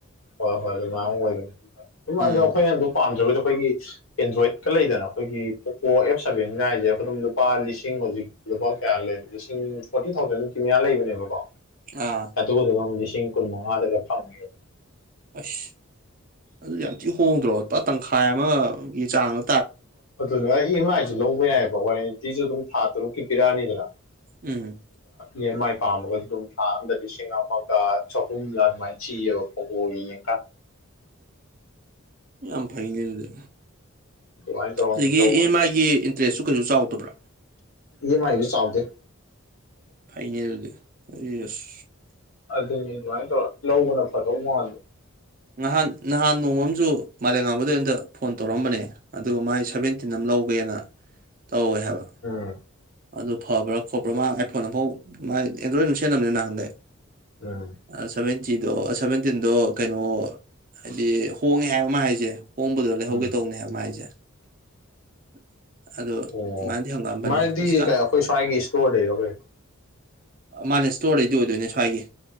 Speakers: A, on the left; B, on the right.
A: ꯍꯣꯏ ꯍꯣꯏ ꯑꯗꯨ ꯃꯌꯥꯝ ꯑꯣꯏꯕꯅꯤ
B: ꯎꯝ
A: ꯑꯗꯣ ꯑꯩꯈꯣꯏꯅ ꯑꯗꯨ ꯄꯥꯝꯖꯕꯗꯤ ꯑꯩꯈꯣꯏꯒꯤ ꯑꯦꯟꯗ꯭ꯔꯣꯏꯗꯀ ꯂꯩꯗꯅ ꯑꯩꯈꯣꯏꯒꯤ ꯄꯣꯀꯣ ꯑꯦꯞ ꯁꯕꯦꯟꯒ ꯍꯥꯏꯁꯦ ꯑꯗꯨꯝ ꯂꯨꯄꯥ ꯂꯤꯁꯤꯡ ꯍꯧꯖꯤꯛ ꯂꯨꯄꯥ ꯀꯌꯥ ꯂꯩ ꯂꯤꯁꯤꯡ ꯐꯣꯔꯇꯤ ꯊꯥꯎꯖꯟꯃꯨꯛꯀꯤ ꯃꯌꯥ ꯂꯩꯕꯅꯦꯕꯀꯣ
B: ꯑꯥ
A: ꯑꯗꯨꯨꯗ ꯂꯤꯁꯤꯡ ꯀꯨꯟꯃꯉꯥꯗꯒ ꯐꯪꯉꯦ
B: ꯑꯁ ꯑꯗꯨ ꯌꯥꯝ ꯊꯤ ꯍꯣꯡꯗ꯭ꯔꯣꯠꯄꯥ ꯇꯪꯈꯥꯏ ꯑꯃꯒꯤ ꯆꯥꯡ ꯅ
A: ꯑꯗꯨꯅ ꯏ ꯑꯦꯝ ꯑꯥꯏꯁꯨ ꯂꯧꯕ ꯌꯥꯏꯑꯕ ꯋꯥꯔꯦꯟꯇꯤꯁꯨ ꯑꯗꯨꯝ ꯊꯥ ꯇꯔꯨꯛꯀꯤ ꯄꯤꯔꯛꯑꯅꯤꯗꯅ
B: ꯎꯝ
A: ꯌꯦ ꯃꯥꯏ ꯄꯥꯝꯃꯒꯁꯨ ꯑꯗꯨꯝ ꯊꯥ ꯑꯃꯗ ꯂꯤꯁꯤꯡ ꯑꯃꯒ ꯆꯍꯨꯝꯒ ꯑꯗꯨꯃꯥꯏꯅ ꯆꯤꯑꯕ ꯄꯍꯣꯏ ꯦ
B: ꯌꯥꯝ ꯐꯩꯅꯦ ꯑꯗꯨꯗꯤ
A: ꯑꯗꯨꯃꯥꯏꯅ ꯇꯧꯔ
B: ꯑꯗꯒꯤ
A: ꯑꯣꯏꯅ ꯂꯧꯕꯅ
B: ꯏ ꯑꯦꯝ ꯑꯥꯏꯒꯤ ꯏꯟꯇ꯭ꯔꯦꯁꯁꯨ ꯀꯩꯁꯨ ꯆꯥꯎꯗꯕ꯭ꯔꯥ
A: ꯌꯦ ꯃꯥꯥꯏꯌ ꯁꯥꯎꯇ
B: ꯐꯥꯏꯅꯦꯜꯗ ꯌꯦꯁ
A: ꯑꯗꯨꯅꯤ ꯑꯗꯨꯃꯥꯏꯅ ꯇꯧꯔ ꯂꯧꯕꯅ ꯐꯗꯧ ꯃꯥꯟꯕꯗ
B: ꯅꯍꯥꯟ ꯅꯍꯥꯟ ꯅꯣꯡꯃꯝꯨ ꯃꯥꯂꯦꯝ ꯉꯕꯗ ꯑꯣꯟꯗ ꯐꯣꯟ ꯇꯧꯔꯝꯕꯅꯦ ꯑꯗꯨꯒ ꯃꯥꯏ ꯁꯚꯦꯟꯇꯤꯟ ꯑꯃ ꯂꯧꯒꯦꯅ ꯇꯧꯋꯦ ꯍꯥꯏꯕ
A: ꯎꯝ
B: ꯑꯗꯨ ꯐꯕ꯭ꯔꯥ ꯈꯣꯠꯄ꯭ꯔꯥ ꯃꯥ ꯑꯥꯏꯐꯣꯟ ꯑꯃꯐꯥꯎ ꯃꯥꯥꯏ ꯑꯦꯟꯗ꯭ꯔꯣꯏꯗ ꯝ ꯁꯦꯟꯅꯕꯅꯦ ꯅꯍꯥꯟꯗꯦ
A: ꯎꯝ
B: ꯑ ꯁ ꯆꯤꯗꯣ ꯁꯇꯗꯣ ꯀꯩꯅ ꯀꯩꯅꯣ ꯍꯥꯏꯗꯤ ꯍꯣꯡꯉꯦ ꯍꯥꯏꯕ ꯑꯃ ꯍꯥꯏꯁꯦ ꯍꯣꯡꯕꯗ ꯂꯩꯍꯧꯒꯦ
A: ꯎꯝ
B: ꯇꯧꯅꯤ ꯍꯥꯏꯕ ꯑꯃ ꯍꯥꯏꯁꯦ <unintelligible>
A: ꯑꯣ
B: ꯑꯗꯨꯃꯥꯏꯅꯗꯤ ꯍꯪꯉꯛꯑꯝꯕꯅꯦ
A: ꯃꯗꯤ
B: ꯍꯧꯖꯤꯛꯀꯥꯟ
A: ꯑꯩꯈꯣꯏ ꯁ꯭ꯋꯥꯏꯒꯤ ꯏꯁꯇꯣꯔ ꯂꯩꯔꯈꯣꯏ
B: ꯃꯥꯅꯦ ꯏꯁꯇꯣꯔꯗꯩꯗꯤ ꯑꯣꯏꯗꯣꯏꯅꯦ ꯁ꯭ꯋꯥꯏꯒꯤ